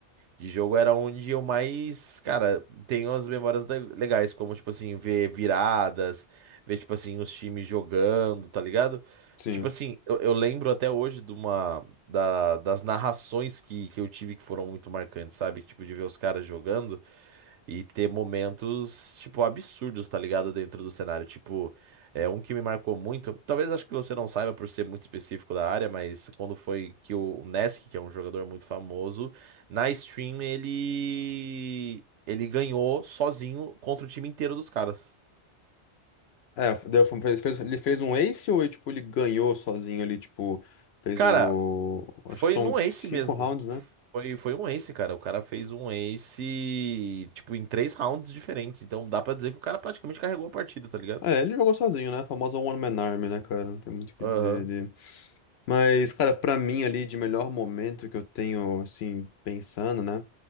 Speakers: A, on the right; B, on the left.
A: de jogo era onde eu mais, cara, tenho as memórias le- legais, como, tipo assim, ver viradas, ver, tipo assim, os times jogando, tá ligado?
B: sim.
A: Tipo assim, eu, eu lembro até hoje de uma, da- das narrações que, que eu tive que foram muito marcantes, sabe? Tipo, de ver os caras jogando e ter momentos, tipo, absurdos, tá ligado? Dentro do cenário. Tipo, é um que me marcou muito. Talvez acho que você não saiba por ser muito específico da área, mas quando foi que o Nesk, que é um jogador muito famoso, na stream ele ele ganhou sozinho contra o time inteiro dos caras.
B: É, deu- fez, fez- ele fez um ace ou ele, tipo, ele ganhou sozinho ali, tipo, fez
A: Cara,
B: o.
A: foi
B: Acho que são
A: num ace
B: cinco
A: mesmo.
B: rounds, né?
A: Foi, foi um ace, cara. O cara fez um ace, tipo, em três rounds diferentes. Então dá pra dizer que o cara praticamente carregou a partida, tá ligado?
B: É, ele jogou sozinho, né? A famosa One Man Army, né, cara? Não tem muito o que
A: Aham.
B: dizer. Mas, cara, pra mim ali de melhor momento que eu tenho, assim, pensando, né?